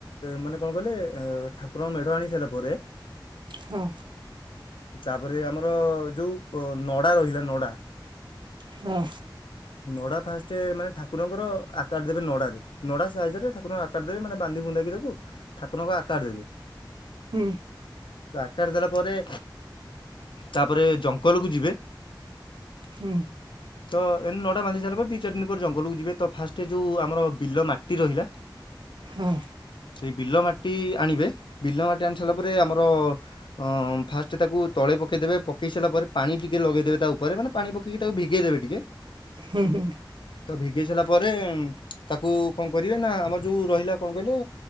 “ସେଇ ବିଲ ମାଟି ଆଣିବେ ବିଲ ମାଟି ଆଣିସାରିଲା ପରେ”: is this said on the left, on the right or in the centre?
Left